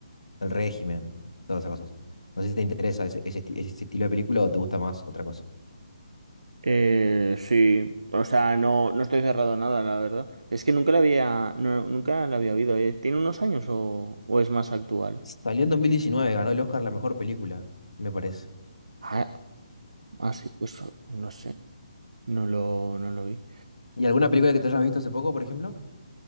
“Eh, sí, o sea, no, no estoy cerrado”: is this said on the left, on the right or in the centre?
Right